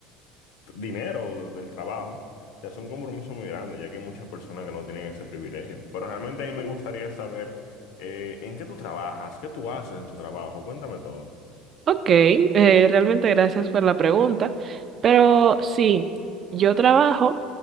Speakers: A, on the left (about 70°); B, on the right (about 45°).
A: t- dinero de- del trabajo, o sea, es un compromiso muy grande, ya que hay muchas personas que no tienen ese privilegio. Pero realmente a mí me gustaría saber eh, en qué tú trabajas, qué tú haces en tu trabajo, cuéntame todo.
B: Ok, eh, realmente gracias por la pregunta, pero sí, yo trabajo